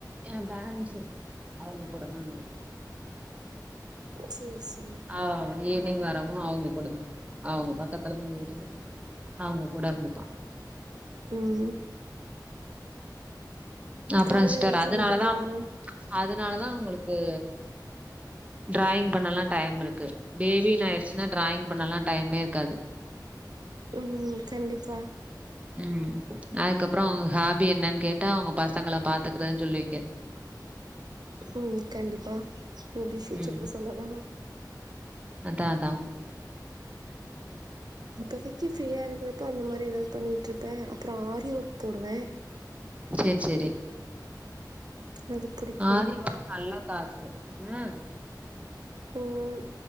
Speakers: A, on the right; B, on the right.
A: ஏ பேரன்ஸ் இரு அவுங்க கூட தா இருப்பா
B: சேரி சேரி
A: ஆ ஈவினிங் வரவு அவங்க கூட தா அவ்ங்க பக்கத்துலதா வீடு அவங்க கூட இருந்துட்டோ
B: ம்
A: அப்பற
B: கால்ல
A: சிஸ்டர்
B: என்ன
A: அதனாலதா
B: சமைக்க போறீங்க
A: அதனாலதா உங்களுக்கு டிராயிங் பண்ணலா டைம் இருக்கு பேபின்னு ஆயிடுச்சுன்னா டிராயிங் பண்ணலா டைமே இருக்காது
B: ம் கண்டிப்பா
A: ம் அதுக்கப்புறோ உங்க ஹாபி என்னன்னு கேட்டா உங்க பசங்களை பாத்துக்குறதுன்னு சொல்லுவீங்க
B: ம் கண்டிப்பா மேபி ஃப்யூச்சர்ல
A: ம்
B: சொல்லலா
A: அதா அதா
B: இப்பதைக்கி ஃப்ரீயா இருக்கிறப்ப அந்த மாரி ஏதாவது பண்ணிட்டு இருப்பே அப்பற ஆரி ஒர்க் போடுவே
A: சேரி சேரி
B: அது புடிக்கு
A: ஆரி ஓர்க் நல்லா காசு ம்
B: ம்